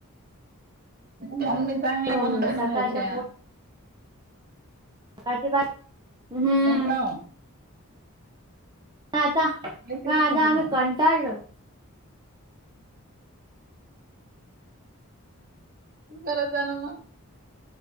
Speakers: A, on the right (about 40°); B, on the right (about 20°).
A: मम्मी चांगल्या
B: मम्मी
A: बनवते ना
B: सकाळच्या
A: भाज्या.
B: अजीबात, हम्म.
A: हो का
B: आता पण
A: काय तेच
B: आज
A: खाते
B: आम्ही
A: का मग.
B: कंटाळलो.
A: करत जाणा मग.